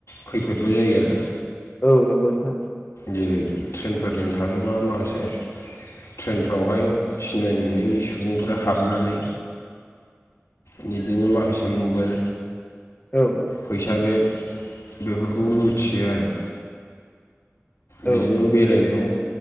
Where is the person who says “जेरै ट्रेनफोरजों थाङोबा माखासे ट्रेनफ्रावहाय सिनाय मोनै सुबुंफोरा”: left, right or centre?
Left